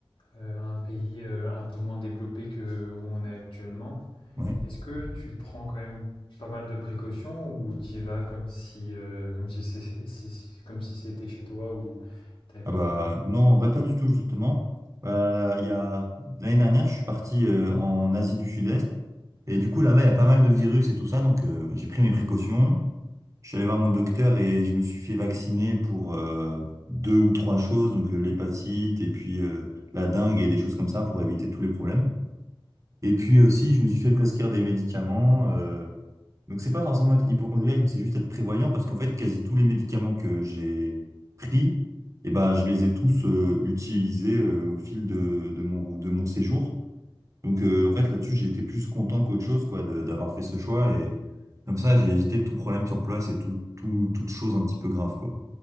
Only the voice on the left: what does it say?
euh, un pays euh, un peu moins développé que où on est actuellement,
est-ce que tu prends quand même pas mal de précautions ou tu y vas comme si euh, comme si c'est- si- si- comme si c'était chez toi ou t'avais
peur
de rien?